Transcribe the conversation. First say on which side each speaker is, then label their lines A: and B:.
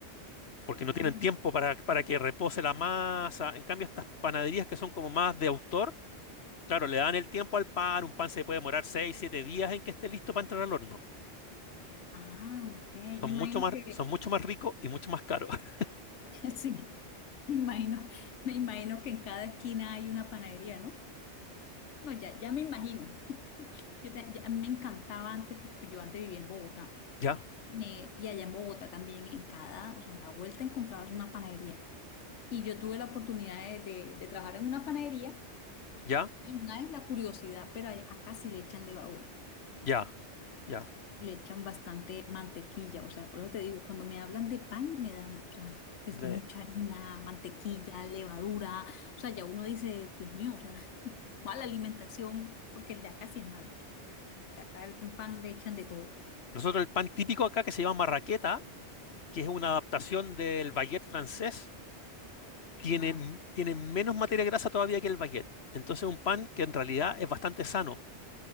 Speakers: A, on the left; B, on the left.
A: porque no
B: Ah,
A: tienen tiempo para, para que repose la masa. En cambio, estas panaderías que son como más de autor, claro, le dan el tiempo al pan, un pan se puede demorar 6 7 días en que esté listo para entrar al horno.
B: ah, ok. Me
A: Son
B: imagino
A: mucho más,
B: que,
A: son mucho más ricos y mucho más caros. <laughs>
B: <laughs> sí, me imagino, me imagino que en cada esquina hay una panadería, ¿no? No, ya, ya me imagino. Yo ta- ya- a mí me encantaba antes, porque pues, yo antes vivía en Bogotá,
A: Ya,
B: me- y allá en Bogotá también, en cada, o sea, a la vuelta encontrabas una panadería. Y yo tuve la oportunidad de, de, de trabajar en una panadería,
A: ya,
B: y nada es la curiosidad, pero a- acá sí le echan levadura.
A: ya, ya.
B: le echan bastante mantequilla, o sea, por eso te digo, cuando me hablan de pan, me dan, o sea, que
A: De-
B: es mucha harina, mantequilla, levadura, o sea, ya uno dice, Dios mío, o sea, <laughs> mala alimentación, porque el de acá sí es malo, o sea, de acá el pan le echan de todo,
A: Nosotros el pan típico acá que se llama marraqueta, que es una adaptación del baguette francés, tiene,
B: más.
A: m- tiene menos materia grasa todavía que el baguette. Entonces un pan que en realidad es bastante sano,